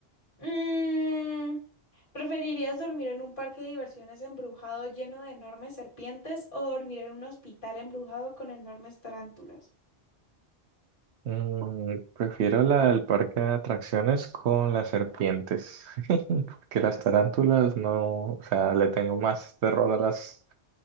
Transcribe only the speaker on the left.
mm, ¿preferirías dormir en un parque de diversiones embrujado lleno de enormes serpientes o dormir en un hospital embrujado con enormes tarántulas?